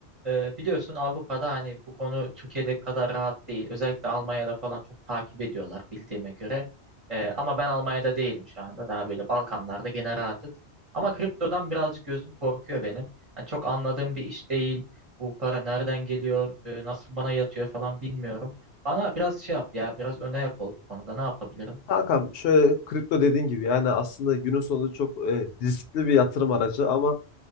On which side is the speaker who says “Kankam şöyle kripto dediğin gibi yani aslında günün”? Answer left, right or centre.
Left